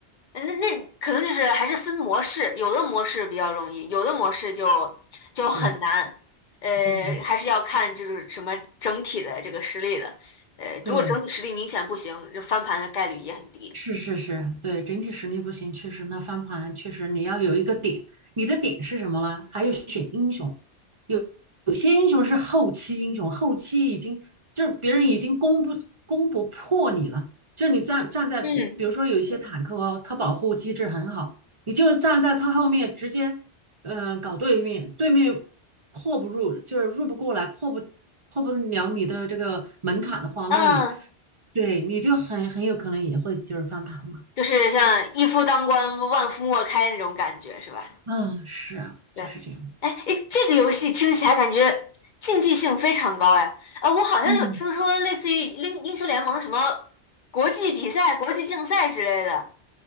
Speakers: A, on the left; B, on the right.
A: 那那可能就是还是分模式，有的模式比较容易，有的模式就就很难，
B: 是，
A: 呃，
B: 对
A: 还是要看就是什么整体的这个实力的，呃，
B: 对。
A: 如果整体实力明显不行，就翻盘的概率也很低。
B: 是是是，对，整体实力不行，确实那翻盘确实你要有一个点，你的点是什么呢？还有选英雄，有有些英雄是后期英雄，后期已经就是别人已经攻不攻不破你了，就是你站站在比比如说有一些坦克哦，
A: 嗯，
B: 它保护机制很好，你就站在它后面直接嗯、呃搞对面，对面破不入，就是入不过来，破不破不了你的这个门槛的话，
A: 那
B: 那你。对，你就很很有可能也会就是翻盘嘛。
A: 就是像一夫当关，万夫莫开那种感觉，是吧？
B: 嗯，是啊，就是这样子。
A: 对，哎，诶这个游戏听起来感觉竞技性非常高呀！呃，我好像有听说类似于英英雄联盟什么
B: 嗯，
A: 国际比赛、国际竞赛之类的。